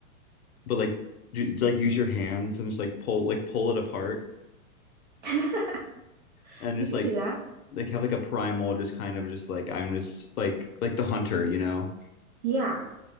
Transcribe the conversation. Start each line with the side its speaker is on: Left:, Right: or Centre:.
Left: but like, ju- like use your hands and just like pull, like pull it apart
Right: <laughs>
Left: and just
Right: We could
Left: like,
Right: do that.
Left: like have like a primal, just kind of just like, I'm just like, like the hunter, you know?
Right: Yeah,